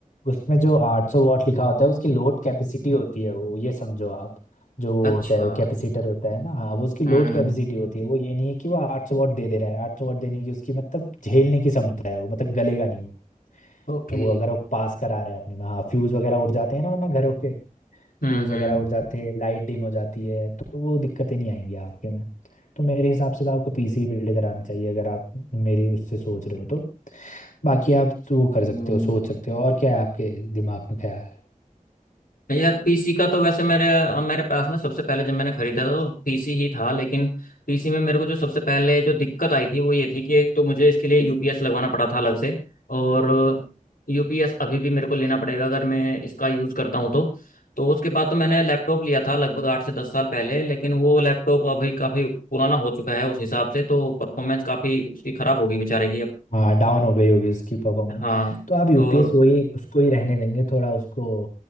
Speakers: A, on the left; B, on the left.
A: उसमें जो 800 वॉट लिखा होता है उसकी लोड कैपेसिटी होती है वो ये समझो आप जो वो
B: अच्छा
A: होता है वो कैपेसिटर होता है ना हाँ वो उसकी लोड
B: हम्म
A: कैपेसिटी होती है वो ये नहीं है कि वो 800 वॉट दे दे रहा है 800 वॉट देने की उसकी मतलब झेलने की क्षमता है वो मतलब गलेगा नहीं वो
B: ओके
A: वो अगर वो पास करा रहा है अपने में हाँ फ्यूज वगैरह उड़ जाते हैं ना वरना घरों के
B: हम्म
A: फ्यूज वगैरह
B: हम्म
A: उड़ जाते हैं लाइट डिम हो जाती है तो वो दिक्कतें नहीं आएंगी आपके में तो मेरे हिसाब से तो आपको पीसी बिल्ड कराना चाहिए अगर आप मेरी उससे सोच रहे हो तो बाकी आप वो कर
B: हम्म
A: सकते हो सोच सकते हो और क्या है आपके दिमाग में ख्याल
B: यार पीसी का तो वैसे मेरे मेरे पास ना सबसे पहले जब मैंने खरीदा था तो पीसी ही था लेकिन पीसी में मेरे को जो सबसे पहले जो दिक्कत आई थी वो ये थी कि एक तो मुझे इसके लिए यूपीएस लगवाना पड़ा था अलग से और यूपीएस अभी भी मेरे को लेना पड़ेगा अगर मैं इसका यूज़ करता हूँ तो तो उसके बाद तो मैंने लैपटॉप लिया था लगभग आठ से दस साल पहले लेकिन वो लैपटॉप अभी काफ़ी पुराना हो चुका है उस हिसाब से तो परफॉर्मेंस काफ़ी उसकी ख़राब होगी बेचारे की अब
A: हाँ डाउन हो गई होगी उसकी परफॉर्मेंस
B: हाँ
A: तो आप यूपीएस
B: और
A: वही उसको ही रहने देंगे थोड़ा उसको